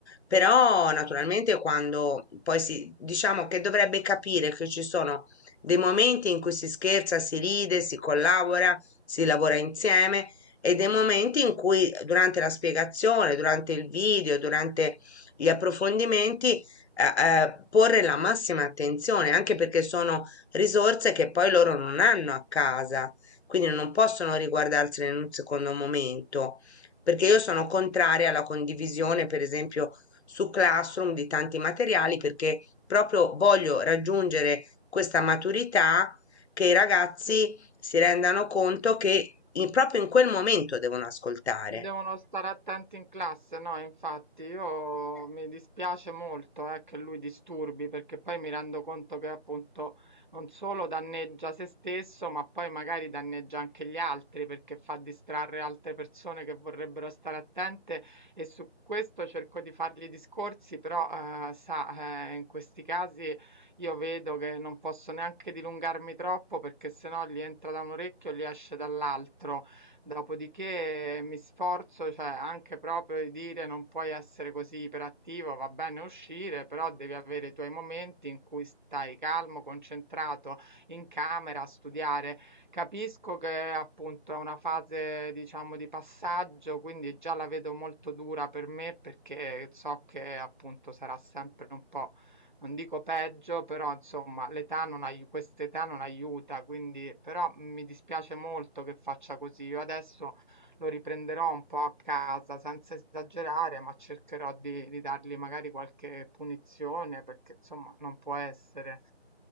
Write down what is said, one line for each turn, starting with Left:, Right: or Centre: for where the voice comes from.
Left: però naturalmente quando poi si, diciamo che dovrebbe capire che ci sono dei momenti in cui si scherza, si ride, si collabora, si lavora insieme e dei momenti in cui durante la spiegazione, durante il video, durante gli approfondimenti, eh, eh, porre la massima attenzione, anche perché sono risorse che poi loro non hanno a casa, quindi non possono riguardarsene in un secondo momento, perché io sono contraria alla condivisione, per esempio, su Classroom di tanti materiali, perché proprio voglio raggiungere questa maturità che i ragazzi
Right: Sì.
Left: si rendano conto che in- proprio in quel momento devono ascoltare.
Right: Devono stare attenti in classe, no, infatti io mi dispiace molto eh, che lui disturbi perché poi mi rendo conto che appunto non solo danneggia se stesso, ma poi magari danneggia anche gli altri perché fa distrarre altre persone che vorrebbero stare attente e su questo cerco di fargli discorsi, però eh, sa, eh, in questi casi io vedo che non posso neanche dilungarmi troppo perché sennò gli entra da un orecchio e gli esce dall'altro Dopodiché eh, mi sforzo, cioè anche proprio di dire non puoi essere così iperattivo, va bene uscire, però devi avere i tuoi momenti in cui stai calmo, concentrato in camera a studiare. Capisco che appunto è una fase, diciamo, di passaggio, quindi già la vedo molto dura per me perché so che appunto sarà sempre un po' Non dico peggio, però insomma l'età non ai- quest'età non aiuta, quindi però mm, mi dispiace molto che faccia così. Io adesso lo riprenderò un po' a casa senza esagerare, ma cercherò di, di dargli magari qualche punizione perché insomma non può essere.